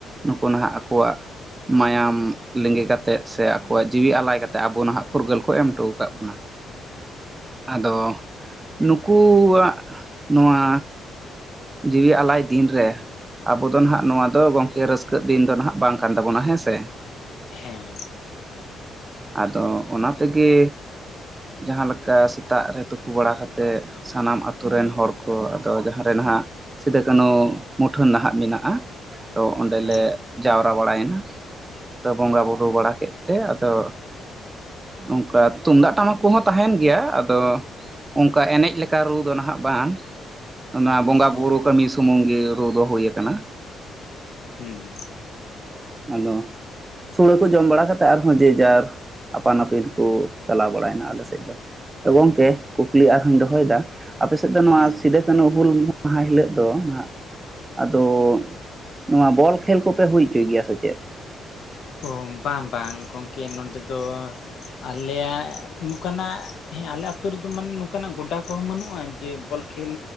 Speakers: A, on the right; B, on the left.
A: ᱱᱩᱠᱩ ᱱᱟᱦᱟᱜ ᱟᱠᱚᱣᱟᱜ ᱢᱟᱭᱟᱢ ᱞᱮᱜᱮ ᱠᱟᱛᱮᱫ ᱥᱮ ᱟᱠᱚᱣᱟᱜ ᱡᱤᱣᱤ ᱟᱞᱟᱭ ᱠᱟᱛᱮᱫ ᱟᱵᱚ ᱱᱟᱦᱟᱜ ᱯᱷᱩᱨᱜᱟᱹᱞ ᱠᱚ ᱮᱢ ᱦᱚᱴᱚ ᱠᱟᱫ ᱵᱚᱱᱟ ᱟᱫᱚ ᱱᱩᱠᱩᱣᱟᱜ ᱱᱚᱣᱟ ᱡᱤᱣᱤ ᱟᱞᱟᱭ ᱫᱤᱱᱨᱮ ᱟᱵᱚ ᱫᱚ ᱱᱟᱦᱟᱸᱜ ᱱᱚᱣᱟ ᱫᱚ ᱜᱚᱝᱠᱮ ᱨᱟᱹᱥᱠᱟᱹᱜ ᱫᱤᱱ ᱫᱚ ᱱᱟᱦᱟᱸᱜ ᱵᱟᱝ ᱠᱟᱱ ᱛᱟᱵᱚᱱᱟ ᱦᱮᱸ ᱥᱮ
B: ᱦᱮᱸ
A: ᱟᱫᱚ ᱚᱱᱟ ᱛᱮᱜᱮ ᱡᱟᱦᱟᱸ ᱞᱮᱠᱟ ᱥᱮᱛᱟᱜ ᱨᱮ ᱛᱩᱯᱩ ᱵᱟᱲᱟ ᱠᱟᱛᱮᱫ ᱥᱟᱱᱟᱢ ᱟᱛᱳ ᱨᱮᱱ ᱦᱚᱲ ᱠᱚ ᱟᱫᱚ ᱡᱟᱦᱟᱸ ᱨᱮ ᱱᱟᱦᱟᱜ ᱥᱤᱫᱩ ᱠᱟᱹᱱᱦᱩ ᱢᱩᱴᱷᱟᱹᱱ ᱱᱟᱦᱟᱜ ᱢᱮᱱᱟᱜᱼᱟ ᱛᱚ ᱚᱸᱰᱮ
B: ᱦᱮᱸ
A: ᱞᱮ ᱡᱟᱣᱨᱟ ᱵᱟᱲᱟᱭᱮᱱᱟ ᱟᱫᱚ ᱵᱚᱸᱜᱟ ᱵᱩᱨᱩ ᱵᱟᱲᱟ ᱠᱮᱫ ᱛᱮ ᱟᱫᱚ ᱱᱚᱝᱠᱟ ᱛᱩᱢᱫᱟᱜ ᱴᱟᱢᱟᱠ ᱠᱚᱦᱚᱸ ᱛᱟᱦᱮᱱ ᱜᱮᱭᱟ ᱟᱫᱚ ᱚᱱᱠᱟ ᱮᱱᱮᱡ ᱞᱮᱠᱟ ᱨᱩ ᱫᱚ ᱱᱟᱦᱟᱸᱜ ᱵᱟᱝ ᱚᱱᱟ ᱵᱚᱸᱜᱟ
B: ᱦᱮᱸ
A: <unintelligible> ᱥᱩᱢᱩᱝ ᱜᱮ ᱨᱩ ᱫᱚ ᱦᱩᱭ ᱟᱠᱟᱱᱟ
B: ᱦᱩᱸ
A: ᱟᱫᱚ ᱥᱳᱲᱟᱹ ᱠᱚ ᱡᱚᱢ ᱵᱟᱲᱟ ᱠᱟᱛᱮᱫ ᱟᱨᱦᱚᱸ ᱡᱮᱡᱟᱨ ᱟᱯᱟᱱ ᱟᱹᱯᱤᱱ ᱠᱚ ᱪᱟᱞᱟᱣ ᱵᱟᱲᱟᱭᱮᱱᱟ ᱟᱞᱮ ᱥᱮᱫ ᱫᱚ ᱛᱚ ᱜᱚᱝᱠᱮ ᱠᱩᱠᱞᱤ ᱟᱨ ᱦᱚᱸᱧ ᱫᱚᱦᱚᱭᱮᱫᱟ ᱟᱯᱮ ᱥᱮᱫ ᱫᱚ ᱱᱚᱣᱟ
B: ᱦᱮᱸ
A: ᱥᱤᱫᱟᱹ ᱠᱟᱱᱦᱩ ᱦᱩᱞ ᱢᱟᱦᱟ ᱦᱤᱞᱳᱜ ᱫᱚ ᱱᱟᱦᱟᱜ ᱟᱫᱚ ᱱᱚᱣᱟ ᱵᱚᱞ ᱠᱷᱮᱞ ᱠᱚᱯᱮ ᱦᱩᱭ ᱦᱚᱪᱚᱭ ᱜᱮᱭᱟ ᱥᱮ ᱪᱮᱫ?
B: ᱚ ᱵᱟᱝ ᱵᱟᱝ ᱜᱚᱝᱠᱮ ᱱᱚᱰᱮ ᱫᱚ ᱟᱞᱮᱭᱟᱜ ᱱᱚᱝᱠᱟᱱᱟᱜ ᱦᱮᱸ ᱟᱞᱮ ᱟᱛᱳ ᱨᱮᱫᱚ ᱢᱟᱱᱮ ᱱᱚᱝᱠᱟᱱᱟᱜ ᱜᱚᱰᱟ ᱠᱚᱦᱚᱸ ᱵᱟᱹᱱᱩᱜᱼᱟ ᱡᱮ ᱵᱚᱞ ᱠᱷᱮᱞ